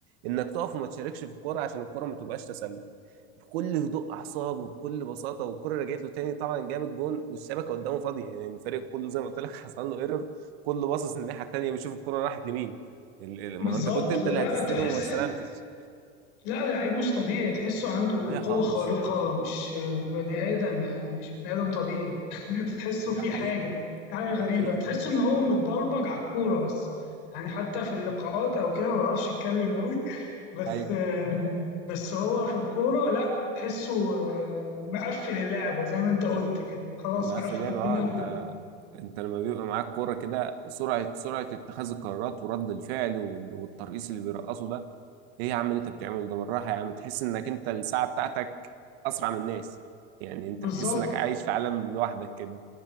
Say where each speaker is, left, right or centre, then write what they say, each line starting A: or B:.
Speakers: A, on the right (about 70°); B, on the left (about 65°).
A: انك تقف وما تشاركش في الكرة عشان الكرة ما تبقاش تسلل بكل هدوء اعصاب وبكل بساطه والكره رجعت له تاني طبعا جاب الجون والشبكه قدامه فاضيه يعني الفريق كله زي ما قلت لك <laughs> حصل له ايرور كله باصص الناحيه التانيه بيشوف الكره راحت لمين ال- ال- ما
B: بالظبط
A: هو انت كنت انت
B: لا
A: اللي هتستلم
B: تحس
A: وما استلمتش
B: لا اللعيب مش طبيعي تحسه عنده
A: <laughs> وهي خالص
B: قوة خارقة مش بني آدم يعني مش بني آدم طبيعي <laughs> تحسه
A: ده
B: في
A: حقيقي
B: حاجة في حاجة
A: ده
B: غريبة
A: حقيقي
B: تحسه
A: فعلا
B: إن هو متبرمج على الكورة بس يعني حتى في اللقاءات أو كده ما بيعرفش يتكلم أوي بس
A: ايوه
B: بس هو في الكورة لا تحسه آه، مقفل اللعبة زي ما أنت قلت كده خلاص
A: مقفل
B: مقفل
A: لعبه
B: الدنيا
A: اه انت انت لما بيبقى معاك كوره كده سرعه سرعه اتخاذ القرارات ورد الفعل وال- والترقيص اللي بيرقصوا ده ايه يا عم اللي انت بتعمله ده بالراحه يا عم تحس انك انت الساعه بتاعتك اسرع من الناس يعني انت
B: بالظبط
A: تحس انك عايش في عالم لوحدك كده